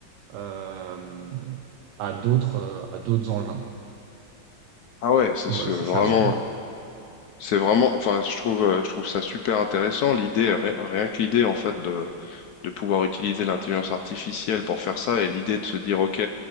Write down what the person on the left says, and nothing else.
Ah ouais, c'est
c'est
vraiment
c'est vraiment enfin je trouve euh, je trouve ça super intéressant l'idée rien, rien que l'idée en fait de de pouvoir utiliser l'intelligence artificielle pour faire ça et l'idée de se dire, OK,